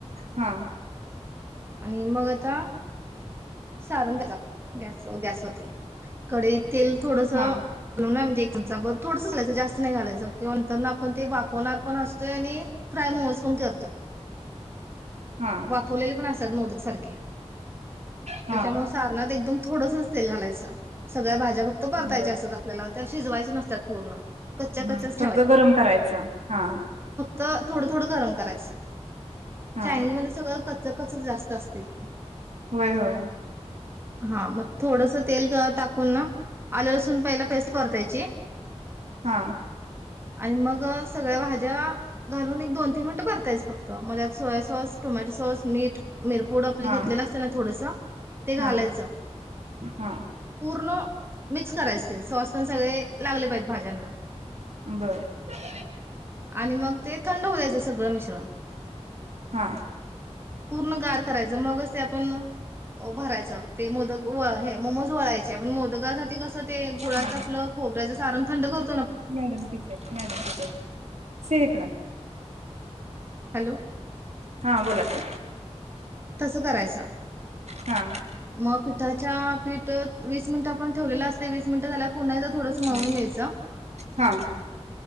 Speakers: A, on the right; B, on the right.
A: हा.
B: आणि मग आता सारण त्याचा गॅस गॅस होते कढई तेल थोडस घलू
A: हा
B: ना म्हणजे चमचाभर थोडसं घालायचं जास्त नाही घालायचं आपण ते वाफवणार पण असतोय आणि फ्राय मोमोज पण करतो.
A: हा
B: वाफवलेले पण अस तात मोदक सारखे
A: हा
B: त्याच्यामुळ सारणात एकदम थोडसच तेल घालायचं, सगळ्या भाज्या फक्त परतायच्या
A: बर
B: असत्यात आपल्याला त्या शिजवायच नसत्यात पूर्ण कच्च्या
A: हम्म,
B: कच्च्याच
A: फक्त गरम करायचं हा
B: त थोडं थोडं गरम करायचं.
A: हा
B: चायनीज मधे सगळं क च कच जास्त असते की
A: वय होय.
B: हा मग थोडस तेल त टाकून ना, आलं लसून पयला पेस्ट परतायची.
A: हा.
B: आणि मग सगळ्या भाज्या घालून एक दोन तीन मिनटं परतायचं फक्त, मग त्यात सोया सॉस टोमॅटो सॉस, मीठ, मिरपूड आपली
A: हा
B: घेतलेल असत्या ना थोडस ते घालायचं,
A: हा हा
B: पूर न मिक्स करायच ते, सॉस तेन सगळे लागले पाहिजेत भाज्यांना
A: बर <unintelligible>
B: आणि मग ते थंड होऊ द्यायचं सगळं मिश्रण
A: हा.
B: पूर्ण गार करायच, मगच ते आपण अ भरायचं, ते मोदक व हे मोमोज वळाय चे आपण मोदकासाठी कस ते गुळाच
A: हा
B: आपल खोबऱ्याच सारण थंड करु
A: मॅडम तीत आयत, मॅडम तीत आयत, सेव हिकड आण.
B: हॅलो
A: हा बोला की
B: कसं करायचं?
A: हा
B: म पिताच्या पीटत वीस मिंट आपण ठेवलेल असतय, वीस मिनिट झाल्यावर पुन्हा एकदा थोडस मळून
A: हा
B: घ्यायच.
A: हा